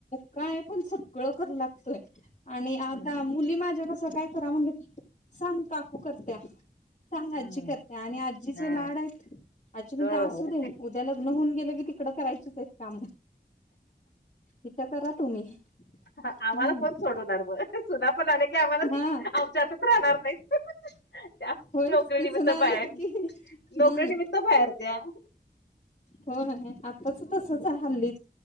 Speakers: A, on the left; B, on the left.
A: काय पण सगळं करू लागतोय आणि आता
B: हम्म.
A: मुली माझ्या कसं काय करा म्हणलं की सांग काकु करत्या सांग आजी
B: हम्म
A: करत्या आणि आजी जे
B: हा
A: लाड आहेत. आजी पण
B: हो
A: ते असू
B: हो.
A: देे उद्या लग्न होऊन गेले की तिकडं करायचीच आहे. काम इथं करा तुम्ही
B: आम्हाला
A: हम्म
B: पण सोडवणार मग सुना पण आले की आम्हाला
A: हा
B: आमच्या आता राहणार नाही. त्या
A: होयच
B: नोकरी
A: की
B: निमित्त
A: सुना
B: बाहेर
A: आले की हम्म
B: नोकरी निमित्त बाहेर द्या.
A: हो आताच
B: हम्म.
A: तसच हाय हल्ली.